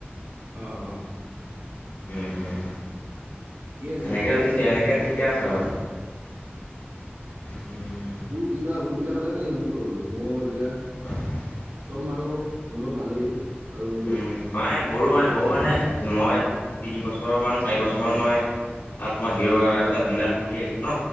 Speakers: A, on the right; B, on the left.
A: অহ', অহ'।
B: উম', উম'।
A: আছে
B: এনেকে যদি ঠিকে, এনেকে ঠিকে আছে বাৰু। উম'।
A: তোৰ কিবা অসুবিধা হ'লে খালি মোক কবি, মোৰ এতিয়া।
B: হয়।
A: চব মানুহ মোৰ লগত ভালেই। আৰু
B: উম নাই মোৰো মানে, মোৰ মানে মই তিনি বছৰ মান চাৰি বছৰ মান মই তাত মই হিৰ এটা ডিলাৰ কৰি আহিছোঁ ন।